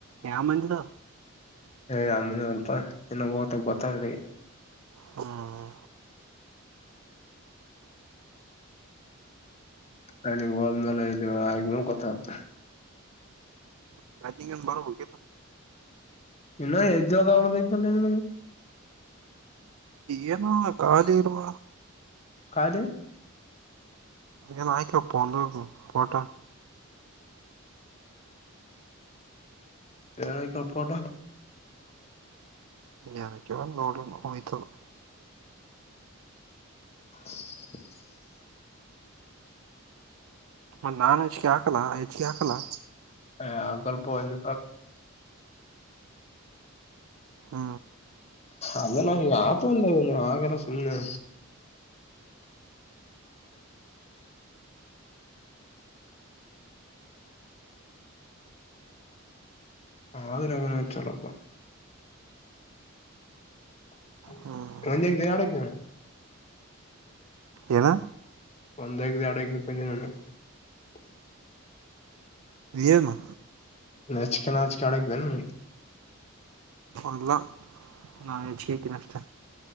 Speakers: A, on the right; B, on the left.
A: ಯಾವ ಮಂದಿದ
B: ಯಾರ್ ಮನೆಯವ್ರು ಅಂತ ಎಲ್ಲೊ ಹೋಗಿ ಬರ್ತಾಯಿರೋದೇ
A: ಹ್ಮ್
B: ಅಲ್ಲಿಗೆ ಹೋದ್ಮೇಲೆ ಇದು ಆದ್ಮೇಲೆ ಗೊತ್ತಾಗುತ್ತೆ
A: <unintelligible>
B: ಇನ್ನು ಎಕ್ಸಾಮ್ ಆಯ್ತಲ್ಲ ನಿನಗೆ
A: ಏನೋ ಖಾಲಿ ಇರುವ
B: ಖಾಲಿ
A: ಏನ್ ಆಯ್ಕೋಪ್ಪ ಒಂದು ಫೋಟೋ
B: ಏನುಕ್ಕೆ ಫೋಟೋ
A: ಏನುಕ್ಕೆ ನೋಡಕ್ಕೆ ಹೋಯ್ತು ಅದು
B: <inaudible>
A: ಮತ್ ನಾನ್ ಹೆಚ್ಚಿಗೆ ಹಾಕಲ್ಲ ಹೆಚ್ಚಿಗೆ ಹಾಕಲ್ಲ
B: ಹ ಸ್ವಲ್ಪ ಇನ್ನ
A: ಹ್ಮ
B: ಅಲ್ಲ ನಾವು ಯಾತ ತಕೊಂಡ ಅವನು ಹಾಗೆಲ್ಲ ಸುಮ್ನೆ ಆದ್ರೆ ಚಲೋಪ್ಪಾ <unintelligible>
A: ಹ್ಮ್ ಏನ
B: <unintelligible>
A: ಏನು
B: ನೆಚ್ಕೆ ನಾಚ್ಕೆ ಆಡಕ್ ಬನೆ
A: ಅಲ್ಲ ನಾ ಹೆಚ್ಚಿಕಕ ನಷ್ಟ